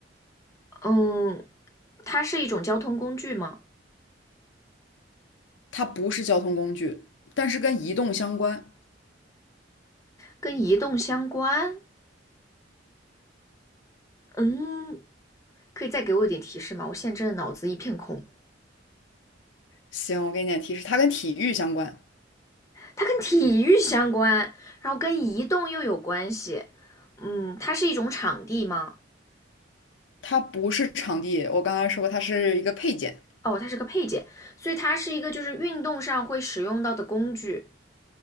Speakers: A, on the left (about 15°); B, on the left (about 80°).
A: 嗯，它是一种交通工具吗？
B: 它不是交通工具，但是跟移动相关。
A: 跟移动相关？嗯，可以再给我一点提示吗？我现在真的脑子一片空。
B: 行，我给你点提示，它跟体育相关。
A: 它跟体育相关，然后跟移动又有关系。嗯，它是一种场地吗？
B: 它不是场地，我刚才说过，它是一个配件。
A: 哦，它是个配件，所以它是一个就是运动上会使用到的工具。